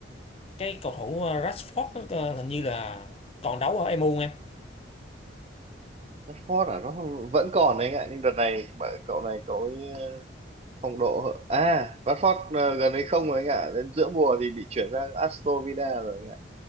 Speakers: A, on the left (about 30°); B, on the right (about 35°).
A: cái cầu thủ à, Rashford á, à, hình như là còn đấu ở MU
B: Rashford à nó vẫn còn đấy anh ạ nhưng đợt này bạn- cậu này cậu ấy ờ, phong độ hợ- à Rashford ờ, gần đây không rồi anh ạ đến giữa mùa thì bị chuyển sang Aston Villa rồi anh ạ